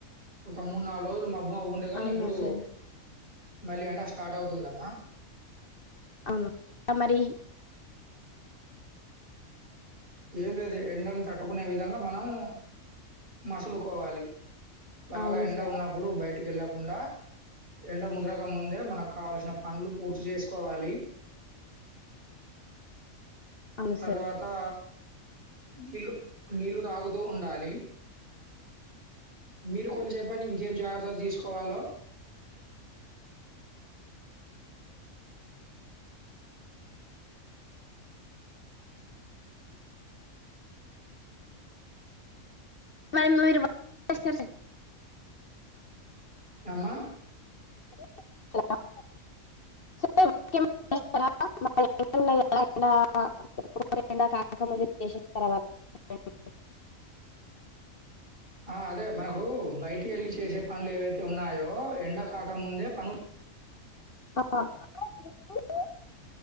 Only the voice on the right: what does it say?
ఒక మూడు నాలుగు రోజులు మబ్బు మబ్బు మబ్బుగుంటది కాని
ఇప్పుడు
మళ్ళీ ఎండ స్టార్ట్ అవుతుందమ్మా
ఏం లేదు ఎండను తట్టుకునే విధంగా మనము మసులుకోవాలి బాగా
ఎండ
ఉన్నప్పుడు బయటికి వెళ్ళకు కుండా ఎండ ముదరక ముందే మనకు కావాల్సిన పనులు పూర్తి చేసుకోవాలి
తర్వాతా
నీళ్లు నీళ్లు తాగుతూ ఉండాలి మీరు కొన్ని చెప్పండి ఇంకేం జాగ్రత్తలు తీసుకోవాలో
అమ్మా
ఆ అదే మనకు బయటికి వెళ్ళి చేసే పనులు ఏవైతే ఉన్నాయో ఎండకు కాక ముందే పను